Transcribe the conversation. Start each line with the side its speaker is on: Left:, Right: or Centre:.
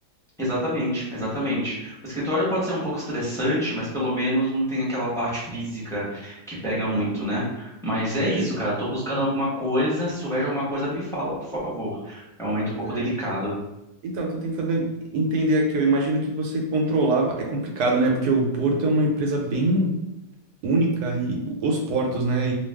Centre: Exatamente, exatamente. O escritório pode ser um pouco estressante, mas pelo menos não tem aquela parte física que pega muito, né? Mas é isso,
Right: Sei.
Centre: cara. Eu tô buscando alguma coisa. Se souber de alguma coisa, me fala, por favor. É um momento
Right: Pois
Centre: um pouco delicado.
Right: é. Então, eu tô tentando entender aqui. Eu imagino que você controlava. É complicado, né? Porque o Porto é uma empresa bem única e os portos, né?